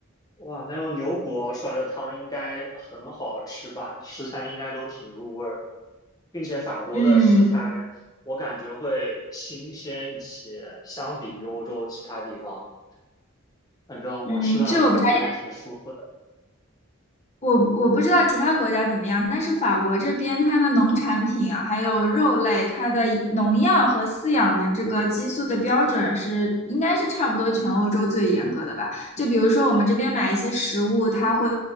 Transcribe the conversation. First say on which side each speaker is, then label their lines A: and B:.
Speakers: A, on the left; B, on the left.
A: 哇，那用牛骨熬出来的汤应该很好吃吧？食材应该都挺入味儿的，并且法国的食材
B: 嗯
A: 我感觉会新鲜一些，相比于欧洲其他地方，反正我吃的觉得挺舒服的。
B: 嗯，这我不。知道。我我不知道其他国家怎么样，但是法国这边它的农产品啊，还有肉类，它的农药和饲养的这个激素的标准是应该是差不多全欧洲最严格的吧？就比如说我们这边买一些食物，它会